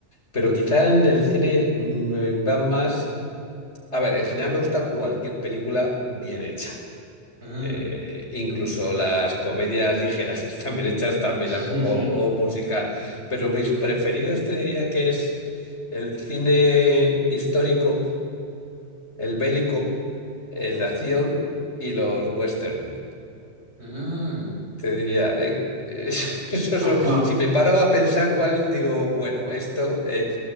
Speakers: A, on the left (about 75°); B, on the right (about 70°).
A: Pero quizá en el cine me van más... A ver, en general me gusta cualquier película bien hecha.
B: mm,
A: Eh, incluso las comedias ligeras <laughs> están bien hechas también,
B: <laughs>
A: la- o, o musical. Pero mis preferidos te diría que es el cine histórico el bélico, el de acción y los western.
B: mm.
A: Te diría, eh, <laughs> esos
B: Ajá,
A: son- si me paro a pensar cuál, digo, bueno, esto, eh,